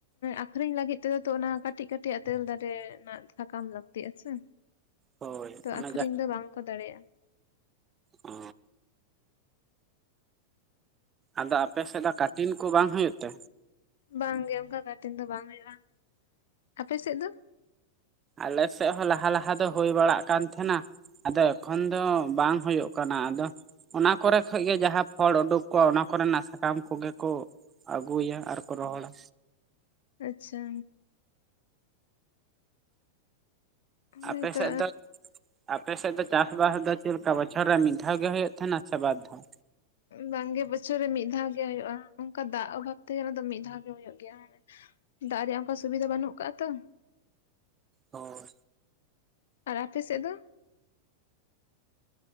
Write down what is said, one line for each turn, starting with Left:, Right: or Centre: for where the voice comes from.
Left: ᱟᱠᱷᱨᱤᱧ ᱞᱟᱹᱜᱤᱫ ᱛᱮᱫᱚ ᱛᱚ ᱚᱱᱟ ᱠᱟᱹᱴᱤᱡ ᱠᱟᱹᱴᱤᱡᱟ ᱛᱮᱨᱮᱞ ᱫᱟᱨᱮ ᱨᱮᱱᱟᱜ ᱥᱟᱠᱟᱢ ᱞᱟᱹᱠᱛᱤᱜ-ᱟ ᱥᱮ᱾
Right: ᱦᱳᱭ
Left: ᱛᱚ
Right: ᱚᱱᱮ
Left: ᱟᱠᱷᱨᱤᱧ ᱫᱚ ᱵᱟᱝᱠᱚ ᱫᱟᱲᱮᱭᱟᱜ-ᱟ
Right: ᱚ ᱟᱫᱚ ᱟᱯᱮᱥᱮᱫ ᱫᱚ ᱠᱟᱴᱤᱱ ᱠᱚ ᱵᱟᱝ ᱦᱳᱭᱳ ᱛᱮ
Left: ᱵᱟᱝ ᱜᱮ ᱚᱱᱠᱟ ᱠᱟᱴᱤᱱ ᱫᱚ ᱵᱟᱝ ᱦᱩᱭᱩᱜ-ᱟ᱾ ᱟᱯᱮ ᱥᱮᱫ ᱫᱚ
Right: ᱟᱞᱮᱥᱮᱫ ᱦᱚᱸ ᱞᱟᱦᱟ ᱞᱟᱦᱟ ᱫᱚ ᱦᱩᱭ ᱵᱟᱲᱟᱜ ᱠᱟᱱ ᱛᱟᱦᱮᱸᱱᱟ ᱟᱫᱚ ᱮᱠᱷᱚᱱ ᱫᱚ ᱵᱟᱝ ᱦᱳᱭᱳᱜ ᱠᱟᱱᱟ ᱟᱫᱚ ᱚᱱᱟ ᱠᱚᱨᱮ ᱠᱷᱚᱱᱜᱤ ᱡᱟᱦᱟᱸ ᱯᱷᱚᱲ ᱩᱰᱩᱠ ᱠᱚᱜ ᱚᱱᱟ ᱠᱚᱨᱮᱱᱟᱜ ᱥᱟᱠᱟᱢ ᱠᱚᱜᱮ ᱠᱚ ᱟᱹᱜᱩᱭᱟ ᱟᱨᱠᱚ ᱨᱚᱦᱚᱲᱟ
Left: ᱟᱪᱪᱷᱟ ᱦᱳᱭᱛᱚ
Right: ᱟᱯᱮᱥᱮᱫ ᱫᱚ ᱟᱯᱮᱥᱮᱫ ᱫᱚ ᱪᱟᱥᱵᱟᱥ ᱫᱚ ᱪᱮᱫᱪᱮᱠᱟ ᱵᱚᱪᱷᱚᱨ ᱨᱮ ᱢᱤᱫ ᱫᱷᱟᱣ ᱜᱮ ᱦᱩᱭᱩᱜ ᱛᱟᱦᱮᱱᱟ ᱥᱮ ᱵᱟᱫ ᱫᱷᱟᱣ
Left: ᱵᱟᱝᱜᱮ ᱵᱚᱪᱷᱚᱨ ᱨᱮ ᱢᱤᱫ ᱫᱷᱟᱣ ᱜᱮ ᱦᱩᱭᱩᱜ-ᱟ ᱚᱱᱠᱟ ᱫᱟᱜ ᱚᱵᱷᱟᱵ ᱛᱮ ᱫᱚ ᱢᱤᱫ ᱫᱷᱟᱣ ᱜᱮ ᱦᱩᱭᱩᱜ ᱜᱮᱭᱟ ᱫᱟᱜ ᱨᱮᱭᱟᱜ ᱚᱱᱠᱟ ᱥᱩᱵᱤᱫᱷᱟ ᱵᱟᱹᱱᱩᱜ ᱟᱠᱟᱜ-ᱟ ᱛᱚ
Right: ᱚ
Left: ᱟᱨ ᱟᱯᱮ ᱥᱮᱫ ᱫᱚ